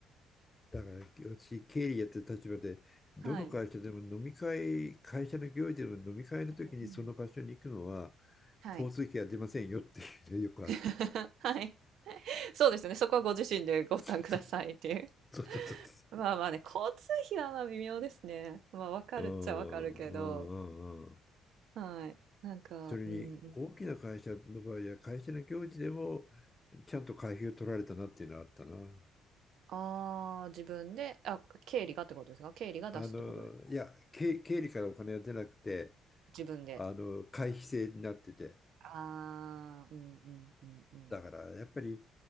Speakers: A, on the left (about 20°); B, on the right (about 55°).
A: だから私、経理やってる立場で、どの会社でも飲み会、
B: はい。
A: 会社の行事でも飲み会の時にその場所に行くのは、
B: うんうん。はい。
A: 交通費は出ませんよっていうね、よくあった。
B: <laughs> はい。そうですよね、そこはご自身でご負担くださいっていう。
A: そうそうそうそ
B: まあまあね、交通費はまあ微妙ですね。まあ、わかるっちゃわかるけど、
A: ううんうんうんうん。
B: はい。なんか、
A: それに大きな会社の場合は会社の行事でも
B: うんうんうん。
A: ちゃんと会費を取られたなっていうのはあったな。
B: ああ、自分で、あ、経理がってことですか？経理が出すってことですか？
A: あのいや経、経理からお金は出なくて
B: 自分で。
A: あの会費制になってて
B: ああ、うんうんうんうん。
A: だからやっぱり